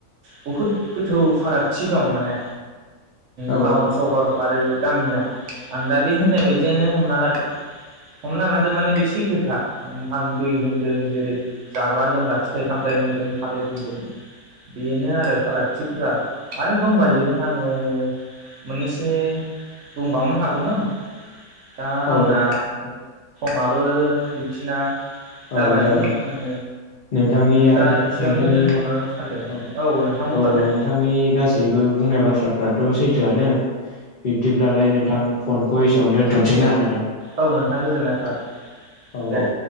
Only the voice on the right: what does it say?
बुहुद गोथौ फारागथि दं माने
टाउन सहर आरो गामिनियाव आं दा बे होननाय बायदियानो हमना लाद हमना लाद माने बे सैथोखा आं दै होनदों। जेरै जाग्रा लोंग्रा फिथाइ सामथायाइ होनदों थालिर होनदों। बेनो आरो फारागथिफोरा। आरो दंबायो आङो मोननैसो बुंबावनो हागौमोन। दा
आंना
माबो दिउथिना
नै आङो
दा एसेयावनो
दोनथ'नो सानदोंमोन
नोंथां बुंग्रोदो
औ नोंथां गोजोननाय थाबाय
दे।